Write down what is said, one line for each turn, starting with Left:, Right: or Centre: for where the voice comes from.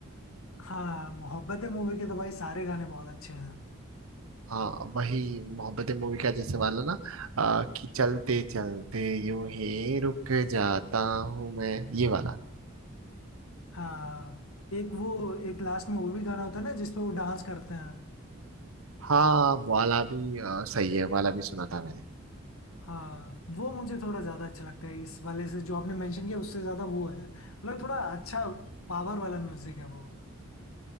Left: हाँ मोहब्बतें मूवी के तो भाई सारे गाने बहुत अच्छे हैं
Right: हाँ वही मोहब्बतें मूवी का जैसे वाला ना आ, कि चलते चलते यूं ही रुक जाता हूँ मैं ये वाला
Left: हाँ एक वो एक लास्ट में वो भी गाना होता है ना जिसपे वो डांस करते हैं
Right: हाँ वाला भी आ, सही है वाला भी सुना था मैंने
Left: हाँ वो मुझे थोड़ा ज्यादा अच्छा लगता है इस वाले से जो आपने मेंशन किया उससे ज्यादा वो है मतलब थोड़ा अच्छा पावर वाला म्यूजिक है वो